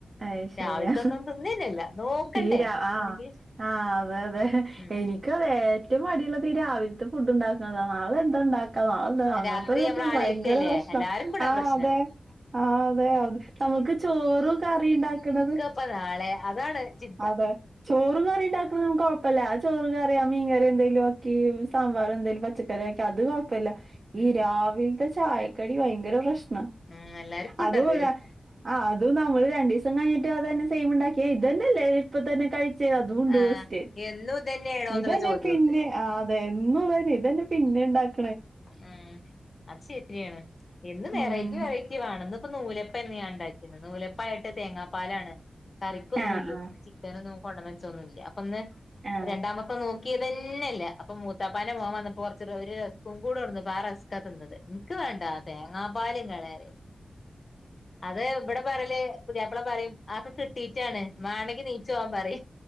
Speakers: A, on the right; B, on the left.
A: അയ് ശെര്യാ
B: രാവിലത്തൊന്നും തിന്നന്നെല്ല നോക്കണ്ടേ
A: ഈ ര
B: തിന്നണെങ്കിൽ
A: ആഹ് ആഹ് അതെയതെ
B: ഉം
A: എനിക്കതെ ഏറ്റും മടിള്ളത് രാവിൽത്തെ ഫുഡ് ണ്ടാക്ക്ണത നാളെ എന്താണ്ടാക്കാ നാളെ ന്താ അങ്ങൻത്തൊരുത്
B: രാത്രി നമ്മൾ ആലോചിക്കല്ലേ
A: ഭയങ്കര പ്രശ്ന
B: എല്ലാർക്കും അതാ
A: ആഹ്
B: പ്രശ്നം
A: അതെ. ആഹ് അതെ അത് ഞമ്മക്ക് ചോറും കറി ണ്ടാക്ക്ണത്
B: പ്പ നാളെ അതാണ്. ചിന്ത
A: അടെ. ചോറും കറി ണ്ടാക്ക്ണൊന്നു കൊഴപ്പല്ല ആ ചോറും കറി ആ മീൻകറി എന്തേങ്കിലു ആക്കി സാമ്പാറെന്തേലും പ ച്ചക്കറിയക്കി അത് കൊഴപ്പല്ല
B: ഉം
A: ഈ രാവിൽത്തെ ചായക്കടി ഭയങ്കര പ്രശ്ന.
B: ഉം എല്ലാർക്കും
A: അത്‌പോരാ
B: ഉണ്ടത്
A: ആഹ് അ ത് നമ്മള് രണ്ടീസം കഴിട്ട് അത്തന്നെ സെയ്മ്ണ്ടാക്ക്യാ ഇതന്നെല്ലേ ഇപ്പ തന്നെ കഴിച്ച് അതുണ്ട്
B: ആഹ്
A: ഫസ്റ്റ്
B: എന്നും ഇതന്നെയാണോ
A: ഇതെന്നെ
B: എന്നുള്ള ചോദ്യമുണ്ട്
A: പിന്നെ ആഹ് അതെ എന്നു തെന്നെ ഇതെന്നെ പിന്നെണ്ടാ
B: ഉം അത് ശെര്യാണ്. എന്നും
A: ഉം
B: വെറൈറ്റി വെറൈറ്റി വേണം ഇന്ന് പ്പം നൂലപ്പെന്ന്യാണ്ടാക്ക്ന്നത് നൂലപ്പായിട്ട് തേങ്ങാപ്പാലാണ്. കറിക്കൊന്നുല്ല
A: ആ ആ
B: ചിക്കനൊന്നു കൊണ്ടന്നെച്ചൊന്നുല്ല അപ്പൊന്ന്
A: ആ
B: രണ്ടാമത്തെ നോക്ക്യ തെന്നെല്ല അപ്പൊ മൂത്താപ്പാന്റെ മോൻ വന്നപ്പോ കൊറ്ച്ച് റ് ഒര് കൂടൊട്ന്ന് പാ റസ്കാ തിന്നത് ഇൻക്ക് വേണ്ടാ തേങ്ങാപ്പാല്ങ്ങളെ അത് ഇബടെ പറ്യല് പുതിയാപ്പള പറയിം ആക്കെ കിട്ടീട്ടാണ് മാണെങ്കി നീ ച്ചോവാൻ പറയ്.